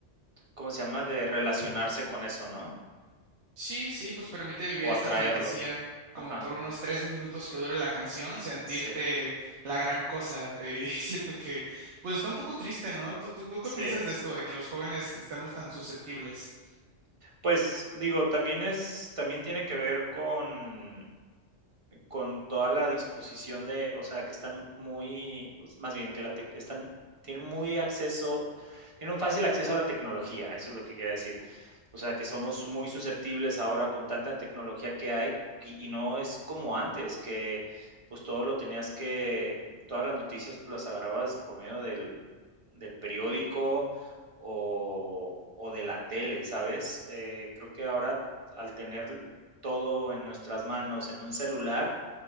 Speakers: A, on the right; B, on the right.
A: ¿cómo se llama? De relacionarse con eso, ¿no?
B: Sí, sí, pues permite vivir
A: O
B: esta
A: atraerlo.
B: fantasía, como
A: Ajá.
B: por unos tres minutos que dure la canción, sentirte
A: Sí,
B: la gran cosa. eh, <laughs> Y siento que, pues está un poco triste, ¿no? ¿Tú, tú, tú qué
A: sí.
B: piensas de esto, de que los jóvenes estemos tan susceptibles?
A: Pues digo, también es, también tiene que ver con, con toda la disposición de, o sea, que están muy, más bien, que la tec- están, tienen muy acceso, tienen un fácil acceso a la tecnología, eso es lo que quería decir. O sea, que somos muy susceptibles ahora con tanta tecnología que hay y, y no es como antes, que pues todo lo tenías que, todas las noticias pues las agarrabas por medio del, del periódico o, o de la tele, ¿sabes? Eh, creo que ahora al tener todo en nuestras manos, en un celular,